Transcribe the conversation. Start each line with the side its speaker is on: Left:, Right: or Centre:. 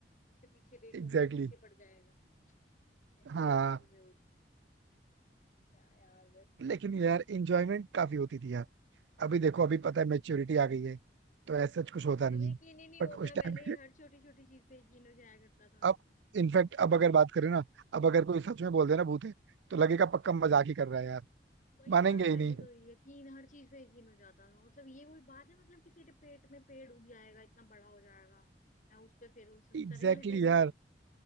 Left: ऐसे पीछे देखूंगा
Right: Exactly
Left: तो पीछे
Right: exactly.
Left: पड़ जाएगा ऐसी
Right: हाँ
Left: ऐसी चीजें होती थी। क्या यार बस
Right: लेकिन यार इंजॉयमेंट काफी होती थी यार अभी देखो अभी पता है मेच्योरिटी आ गई है तो ऐसा कुछ होता नहीं
Left: अब यकीन
Right: है
Left: ही नहीं
Right: बट
Left: होता
Right: उस टाइम
Left: पहले ये हर छोटी छोटी चीज पे यकीन हो जाया करता था
Right: अब इनफैक्ट अब अगर बात करें ना अब अगर कोई सच में बोल देना भूत है तो लगेगा पक्का मजाक ही कर रहा है यार
Left: वही
Right: मानेंगे
Left: ना
Right: ही
Left: पहले
Right: नहीं
Left: तो यकीन हर चीज पे यकीन हो जाता था मतलब ये कोई बात है मतलब कि तेरे पेट में पेड़ उग जाएगा इतना बड़ा हो जाएगा है उस पे फिर वो संतरे
Right: एग्जैक्टली
Left: लगेंगे
Right: exactly यार